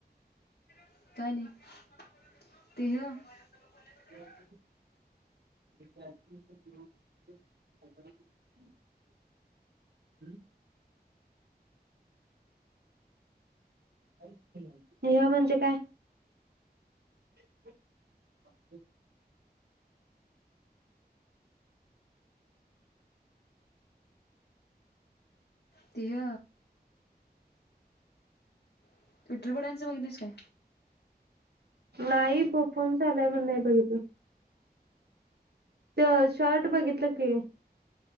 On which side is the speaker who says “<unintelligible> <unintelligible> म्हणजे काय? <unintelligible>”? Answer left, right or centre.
Right